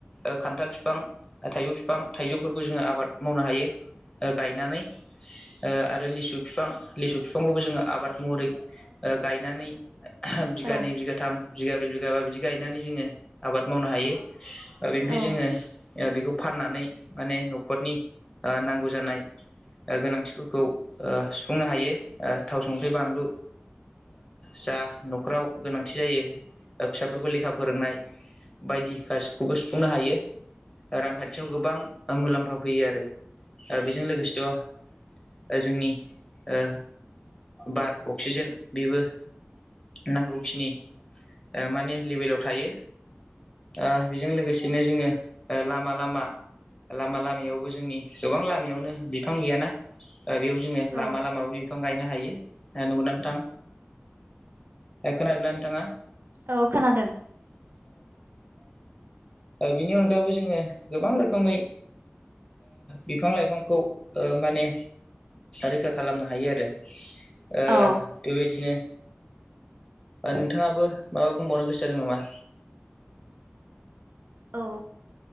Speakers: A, on the left (about 20°); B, on the right (about 60°).
A: ओ खान्थाल बिफां ओ थाइजौ बिफां थाइजौफोरखौ जोङो आबाद मावनो हायो। ओ गायनानै ओ आरो लिसु बिफां लिसु बिफांखौबो जोङो आबाद महरै ओ गायनानै
B: औ
A: बिगानै बिगाथाम बिगाब्रै बिगाबा बिदि गायनानै जोङो आबाद मावनो हायो। ओ बेनिफ्राय
B: औ
A: जोङो ओ बेखौ फाननानै माने न'खरनि आ नांगौ जानाय। गोनांथिफोरखौ सुफुंनो हायो। थाव संख्रि बानलु जा न'खराव गोनां थि जायो फिसाफोरखौ लेखा फोरोंनाय बायदि गासिखौबो सुफुंनो हायो। रांखान्थियाव गोबां मुलाम्फा फैयो आरो बेजों लोगोसेथ' ओ जोंनि ओ बार अक्सिजेन बेबो नांगौखिनि ओ माने लेभेलाव थायो। ओ बेजों लोगोसेनो जोङो ओ लामा लामा लामा लामायावबो जोंनि गोबां लामायावनो बिफां गैयाना बेयाव जोङो
B: औ
A: लामा लामाबो बिफां गायनो हायो नंगौना नोंथां खोनादोना थाङा
B: औ खोनादों।
A: बिनि अनगाबो जोङो गोबां रोखोमै बिफां लाइफांखौ माने रैखा खालामनो हायो आरो बेबायदिनो
B: औ
A: नोंथाङाबो माबा बुंबावनो गोसो जादों नामा?
B: औ